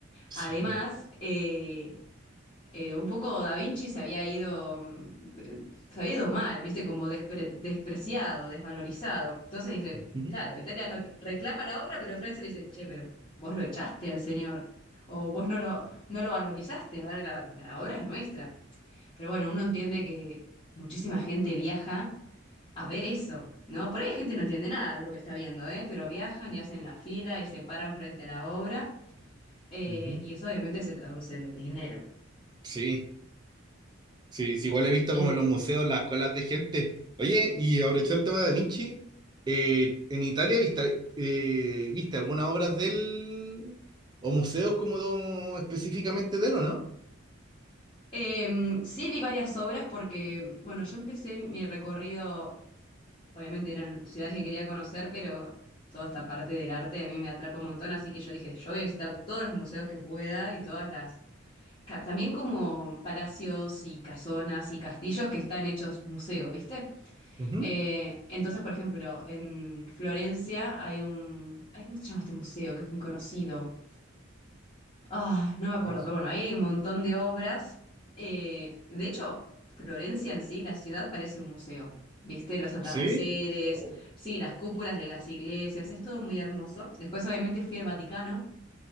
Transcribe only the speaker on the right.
Sí.
Ujú,
ujú.
Sí. Sí, sí, igual he visto
como en los museos, las escuelas de gente. Oye, y aprovechando el tema de Da Vinci, eh, ¿en Italia viste, eh, viste algunas obras de él o museos como do- específicamente de él o no?
Ujú.
Ay.
¿Sí? Oh,